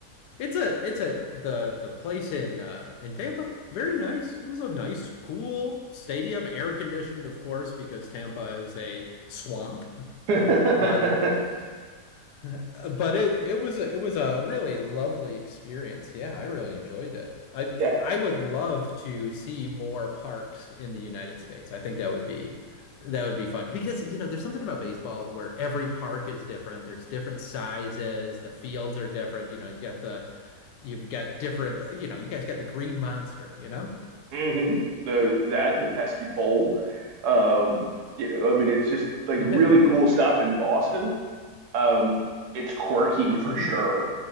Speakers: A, on the left; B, on the right.
A: It's a it's a the the place in uh in Tampa. Very nice. It was a nice, cool stadium, air conditioned, of course, because Tampa is a swamp.
B: <laughs>
A: But <laughs> but it it was a, it was a really lovely experience. Yeah, I really enjoyed it. I
B: Yeah.
A: I would love to see more parks in the United States. I think that would be that would be fun because you know there's something about baseball where every park is different. There's different sizes. The fields are different. You know, you got the You've got different, you know, you guys got the green monster, you know?
B: hmm The that the pesky pole. Um. You know. I mean, it's just like
A: <laughs>
B: really cool stuff in Boston. Um. It's quirky for
A: hmm
B: sure.